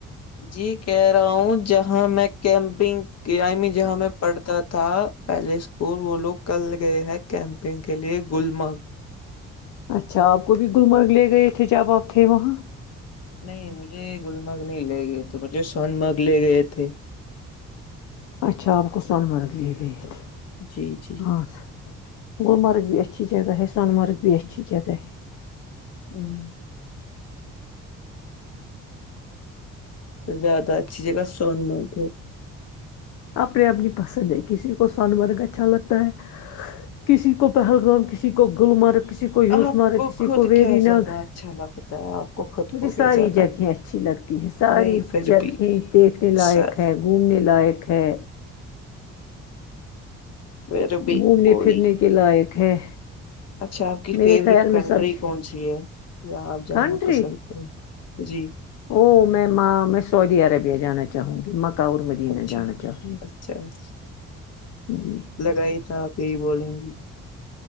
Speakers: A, on the left (about 55°); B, on the left (about 70°).
A: جی کہہ رہا ہوں جہاں میں کیمپنگ جہاں میں پڑھتا تھا پہلے اسکول وہ لوگ کل گئے ہیں کیمپنگ کے لیے گلمرگ
B: اچھا آپ کو بھی گلمرگ لے گئے تھے جب آپ تھے وہاں
A: نہیں مجھے گلمرگ نہیں لے گئے تھے مجھے سون مرگ لے گئے تھے
B: اچھ آپ کوو سونمرگ لے گئیے تھے
A: جی جی
B: ہاں گلمرگ بھی اچھی جگہ ہے سون مرگ بھی اچھی جگہ ہے
A: ہوں زیادہ اچھی جگہ سون مرگ
B: اپنے اپنی پسند ہے کسی کو سن مرگ اچھا لگتا ہے کسی کو پہلگام کسی کو گلمرگ کسی کو یوسمارگ
A: آپ
B: کسی
A: خود
B: کو ویری
A: کیا زیادہ
B: نگ
A: اچھا لگتا ہے آپ کو خود
B: مجھے
A: کو کیا
B: ساری
A: زیادہ
B: جگہیں اچھی لگتی ساری
A: نہیں پھر
B: جگہیں
A: بھی
B: دیکھنے
A: سر
B: لائق ہے گھومنے لائق ہے
A: بھر بھی
B: گھومنے
A: کوئی
B: پھرنے کے لائق ہے
A: اچھا آپ کی
B: میرے
A: فیوریٹ
B: خیال
A: کنٹری
B: میں سب
A: کون سی ہے یا آپ جانا
B: کنٹری
A: پسند کریں گے جی
B: او میں میں سعودی عربیہ جانا چاہوں گی مکہ مدین
A: اچھا
B: جانا چاہوں گی
A: اچھا اچھا
B: جی
A: لگا ہی تھا آپ یہی بولیں گی